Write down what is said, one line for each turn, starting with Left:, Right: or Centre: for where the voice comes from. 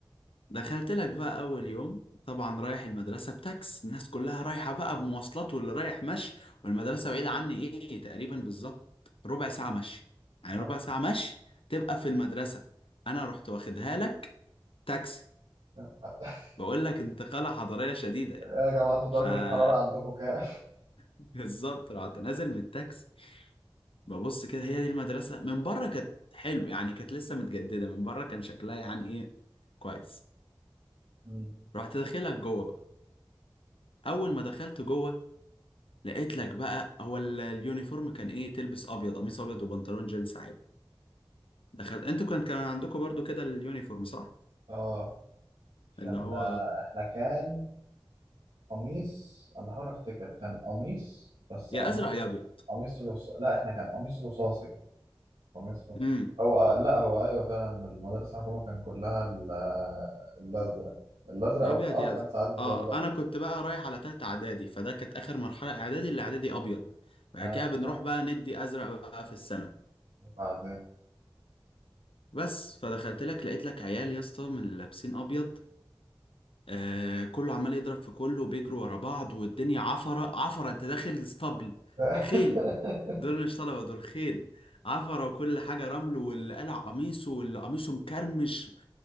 Left: دخلت لك بقى اول يوم طبعا رايح المدرسه بتاكس الناس كلها رايحه بقى بمواصلات واللي رايح مشي والمدرسه بعيده عني ايه تقريبا بالظبط ربع ساعه مشي يعني
Right: آه،
Left: ربع ساعه مشي تبقى في المدرسه انا رحت واخدها لك تاكسي
Right: كام حلقة؟
Left: بقول لك انتقاله حضاريه شديده يعني
Right: يا جماعة انتوا درجة
Left: ف <laughs>
Right: الحرارة عندكم كام؟
Left: بالظبط رحت نازل من التاكس ببص كده هي دي المدرسه من بره كانت حلو يعني كانت لسه متجدده من بره كان شكلها يعني ايه كويس
Right: مم.
Left: رحت داخلك جوه بقى اول ما دخلت جوه لقيت لك بقى هو ال- اليونيفورم كان ايه تلبس ابيض قميص ابيض وبنطلون جينز عادي دخلت انتوا كان كان عندكم برضو كده اليونيفورم صح
Right: اه
Left: اللي
Right: كان
Left: هو
Right: آه، احنا كان قميص انا بحاول افتكر كان قميص بس
Left: يا
Right: قميص
Left: ازرق يا ابيض
Right: قميص رصاصي لا احنا كان قميص رصاصي قميص خاص
Left: امم
Right: هو آه، لا هو ايوه فعلا المدرسه الحكومه كان كلها ال- آه، الازرق الازرق
Left: يا
Right: وك-
Left: ابيض
Right: اه
Left: يا
Right: كان
Left: ازرق
Right: ساعات بيبقى
Left: اه
Right: الابيض
Left: انا كنت بقى رايح على تالتة اعدادي فده كانت اخر مرحلة اعدادي اللي اعدادي ابيض بعد
Right: ها
Left: كده
Right: وبع-
Left: بنروح بقى ندي ازرق بقى في الثانوي
Right: وبعدين
Left: بس فدخلت لك لقيت لك عيال يا اسطى من اللي لابسين ابيض آه كله عمال يضرب في كله وبيجروا ورا بعض والدنيا عفرة عفرة انت داخل اسطبل
Right: <laughs>
Left: خيل دول مش طلبة دول خيل عفرة وكل حاجة رمل واللي قلع قميصه واللي قميصه مكرمش